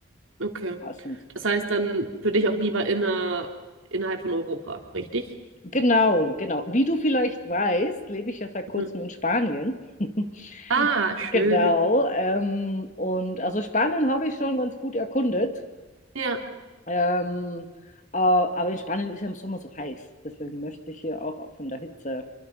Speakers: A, on the right; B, on the left.
A: okay.
B: passend.
A: Das heißt dann für dich auch lieber inner, innerhalb von Europa, richtig?
B: Genau, genau. Wie du vielleicht weißt, lebe ich ja seit kurzem
A: Mhm.
B: in Spanien. <laughs>
A: Ah, schön.
B: Genau. Ähm, und also Spanien habe ich schon ganz gut erkundet.
A: Ja,
B: Ähm, äh, aber in Spanien ist ja im Sommer so heiß. Deswegen möchte ich hier auch von der Hitze